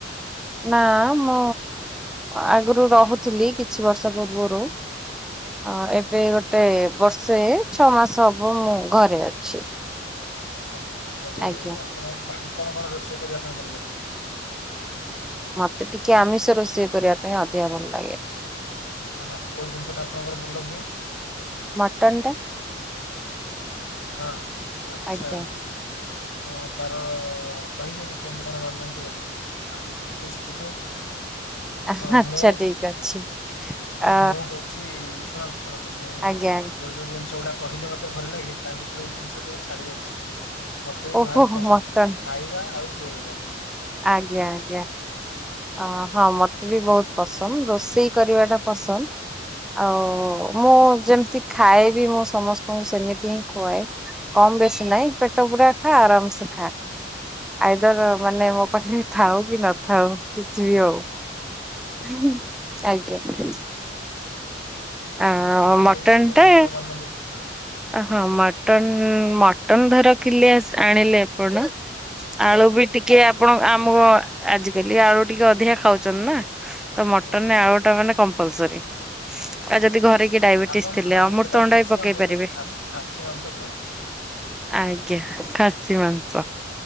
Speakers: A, in the centre; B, on the left.
A: ନା ମୁଁ ଆଗରୁ ରହୁଥିଲି କିଛି ବର୍ଷ ପୂର୍ବରୁ ହଁ ଏବେ ଗୋଟେ ବର୍ଷେ ଛଅ ମାସ ହବ ମୁଁ ଘରେ ଅଛି।
B: ଆଛା ତାହେଲେ
A: ଆଜ୍ଞା।
B: ଆପଣ ହେ କଣ କଣ ରୋଷେଇ କରିବା ପାଇଁ ଭଲ ଲାଗେ।
A: ମତେ ଟିକେ ଆମିଷ ରୋଷେଇ କରିବା ପାଇଁ ଅଧିକା ଭଲ ଲାଗେ।
B: ହଁ ହଁ କୋଉ ଜିନିଷ ଟା ଆପଣଙ୍କର ଭଲ ହୁଏ।
A: ମଟନ୍ ଟା।
B: ହଁ ଆଚ୍ଛା।
A: ଆଜ୍ଞା।
B: ହଁ ତାର କହିବି କି କେମିତି କଣ ବନାନ୍ତି ବୋଲି ଆମେ ବି ଟିକେ ଶିକିଥାଉ।
A: <inaudible>
B: ହଁ ମୁଁ
A: ଠିକ ଅଛି ଆ
B: ମୁଁ ହଉଛି ଶୁଣନ୍ତୁ ଶୁଣନ୍ତୁ ମୁଁ
A: ଆଜ୍ଞା ଆଜ୍ଞା
B: ଯୋଉ ଯୋଉ ଜିନିଷ ଗୁଟା କହେ ମତେ ଭଲ ଲାଗେ ତା ଭିତରୁରେ ଏଇ ଜିନିଷଟି ମୁଁ ଛାଡି ଯାଇଛି। ମତେ ବି
A: ଓହୋ
B: ଭାରି ପସନ୍ଦ
A: ମଟନ
B: ଖାଇବା ଆଉ ଖୁଆଇବା।
A: ଆଜ୍ଞା ଆଜ୍ଞା ଅ ହଁ ମତେ ବି ବହୁତ ପସନ୍ଦ ରୋଷେଇ କରିବା ଟା ପସନ୍ଦ। ଆଉ ମୁଁ ଯେମିତି ଖାଏ ବି ମୁଁ ସମସ୍ତଙ୍କୁ ସେମିତି ହିଁ ଖୁଆଏ କଣ କ ବେଶୀ ନାଇଁ ପେଟ ପୂୁର ଖା ଆରାମସେ ଖା। ଆଇଦର ମାନେ ମୋ ପାଖରେ ବି ଥାଉ କି ନଥାଉ କିଛି ବି ଆଉ
B: ଆଚ୍ଛା
A: ହ ଆଜ୍ଞା। ଆ
B: ହୁଁ, ତାହେଲେ
A: ମଟନ୍
B: କୁହନ୍ତୁ କେମିତି
A: ଟା
B: କଣ ବନାନ୍ତି ହଁ
A: ହଁ ମଟନ୍। ମଟନ ଧର ଖକିଲେ ଆଣିଲେ ଆପଣ ଆଳୁ
B: ହଁ
A: ବି ଟିକେ ଆପଣ ଆମକୁ ଆଜିକାଲି ଆଳୁ ଟିକେ ଅଧିକା ଖାଉଛନ୍ତି ନା ତ ମଟନରେ
B: ହଁ।
A: ଆଳୁ ଟା ମାନେ କମ ମ୍ପଲସରି ଆଉ ଯଦି ଘରେ କି
B: ଆ-
A: ଡାଇବେଟିସ
B: ଆପଣ
A: ଥିଲେ
B: ହଁ
A: ଆଉମର
B: ସେଟା
A: ତଣ୍ଡା
B: ଖାସି
A: ବି ପକେଇ
B: ମାଂସ
A: ପାରିବେ।
B: କୁହନ୍ତି ଖାସି ଖାସି ମାଂସ କୁହନ୍ତି।
A: ଆଜ୍ଞା ଖାସି ମାଂସ